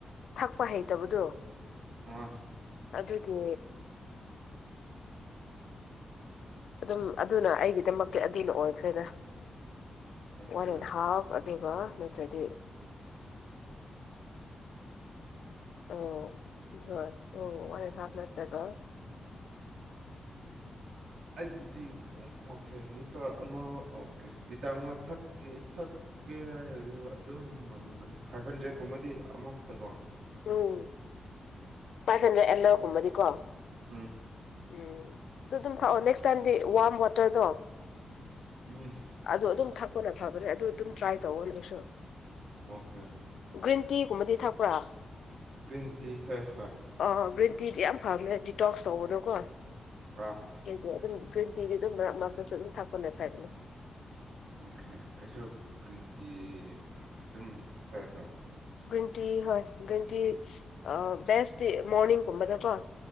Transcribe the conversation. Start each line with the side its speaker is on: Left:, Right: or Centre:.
Left: ꯊꯛꯄ ꯍꯩꯇꯕꯗꯣ
Right: ꯑꯝ
Left: ꯑꯗꯨꯒꯤ ꯑꯗꯨꯝ ꯑꯗꯨꯅ ꯑꯩꯒꯤꯗꯃꯛꯇꯤ ꯑꯗꯨꯅ ꯑꯣꯏꯈ꯭ꯔꯣꯏꯗ
Right: ꯑꯣꯀꯦ
Left: ꯋꯥꯟ ꯑꯦꯟ ꯍꯥꯐ ꯑꯗꯨꯒ ꯅꯠꯇ꯭ꯔꯗꯤ ꯑꯧ ꯍꯣꯏ ꯑꯣ ꯋꯥꯟ ꯑꯦꯟ ꯍꯥꯐ ꯅꯠꯇꯔ꯭ꯒ
Right: ꯑꯩꯕꯨꯗꯤ ꯑꯣꯀꯦ ꯂꯤꯇꯔ ꯑꯃ ꯑꯣꯀꯦ ꯂꯤꯇꯔ ꯑꯃ ꯊꯥꯛꯀꯦ ꯊꯥꯛ ꯀꯦ ꯍꯥꯏꯔꯒꯗꯤ ꯍꯣꯏ ꯑꯗꯨꯝ ꯉꯝꯒꯅꯤ ꯐꯥꯏꯚ ꯍꯟꯗ꯭ꯔꯦꯠ ꯀꯨꯝꯕꯗꯤ ꯑꯃꯔꯛꯇ ꯀꯣ
Left: ꯎꯝ
Right: ꯎꯝ
Left: ꯐꯥꯏꯚ ꯍꯟꯗ꯭ꯔꯦ ꯑꯦꯜꯂꯣꯒꯨꯝꯕꯗꯤꯀꯣ
Right: ꯎꯝ
Left: ꯎꯝ ꯗꯨ ꯗꯨꯝ ꯊꯥꯛꯑꯣ ꯅꯦꯛꯁ ꯇꯥꯏꯝꯗꯤ ꯋꯥꯔꯝ ꯋꯥꯇꯔꯗꯣ
Right: ꯎꯝ
Left: ꯑꯗꯨ ꯑꯗꯨꯝ ꯊꯛꯄꯅ ꯐꯕꯅꯦ ꯑꯗꯨ ꯑꯗꯨꯝ ꯇ꯭ꯔꯥꯏ ꯇꯧꯋꯣ ꯅꯪꯁꯨ
Right: ꯑꯣꯀꯦ ꯑꯣꯀꯦ
Left: ꯒ꯭ꯔꯤꯟ ꯇꯤꯒꯨꯝꯕꯗꯤ ꯊꯛꯄ꯭ꯔꯥ
Right: ꯒ꯭ꯔꯤꯟ ꯇꯤ ꯊꯥꯛꯑꯦ ꯍꯣꯏ
Left: ꯑ ꯒ꯭ꯔꯤꯟ ꯇꯤꯗꯤ ꯌꯥꯝ ꯐꯕꯅꯦ ꯗꯤꯇꯣꯛꯁ ꯇꯧꯕꯗꯣꯀꯣ
Right: ꯄꯨꯔ
Left: ꯑꯩꯖꯨ ꯑꯗꯨꯝ ꯒ꯭ꯔꯤꯟ ꯇꯤꯗꯤ ꯑꯗꯨꯝ ꯃꯔꯛ ꯃꯔꯛꯁꯨ ꯑꯗꯨꯝ ꯊꯥꯛꯄꯅꯦ <unintelligible>
Right: ꯑꯣꯀꯦ ꯑꯩꯁꯨ ꯒ꯭ꯔꯤꯟ ꯇꯤ ꯑꯗꯨꯝ ꯊꯥꯛꯑꯦ ꯍꯣꯏ
Left: ꯒ꯭ꯔꯤꯟ ꯇꯤ ꯍꯣꯏ ꯒ꯭ꯔꯤꯟ ꯇꯤ ꯑ ꯕꯦꯁꯇꯤ ꯃꯣꯔꯅꯤꯡꯒꯨꯝꯕꯗꯀꯣ